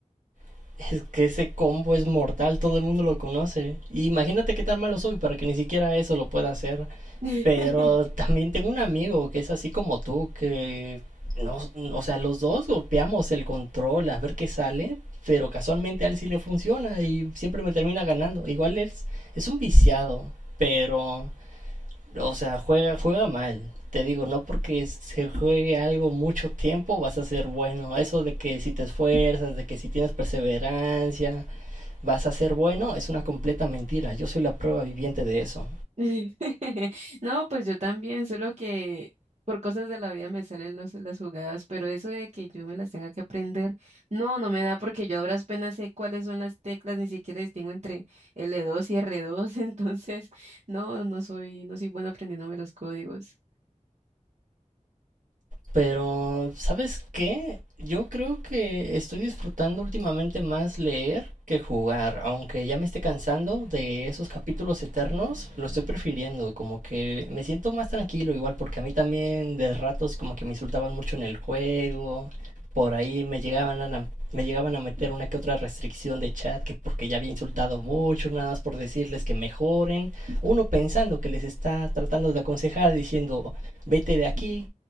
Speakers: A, on the right (about 80°); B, on the right (about 60°).
A: <laughs> Es que ese combo es mortal, todo el mundo lo conoce. Y imagínate qué tan malo soy para que ni siquiera eso lo pueda hacer.
B: <laughs>
A: Pero también tengo un amigo que es así como tú, que no, o sea, los dos golpeamos el control a ver qué sale, pero casualmente a él sí le funciona y siempre me termina ganando. Igual es, es un viciado, pero, o sea, juega, juega mal. Te digo, no porque se juegue algo mucho tiempo vas a ser bueno. Eso de que si te esfuerzas, de que si tienes perseverancia, vas a ser bueno, es una completa mentira. Yo soy la prueba viviente de eso.
B: <laughs> No, pues yo también, solo que por cosas de la vida me salen los, las jugadas, pero eso de que yo me las tenga que aprender, no, no me da porque yo a duras penas sé cuáles son las teclas, ni siquiera distingo entre l dos y r dos, <laughs> entonces no, no soy, no soy buena aprendiéndome los códigos.
A: Pero, ¿sabes qué? Yo creo que estoy disfrutando últimamente más leer que jugar, aunque ya me esté cansando de esos capítulos eternos, lo estoy prefiriendo, como que me siento más tranquilo igual, porque a mí también de ratos como que me insultaban mucho en el juego, por ahí me llegaban a, me llegaban a meter una que otra restricción de chat, que porque ya había insultado mucho, nada más por decirles que mejoren, uno pensando que les está tratando de aconsejar, diciendo, vete de aquí,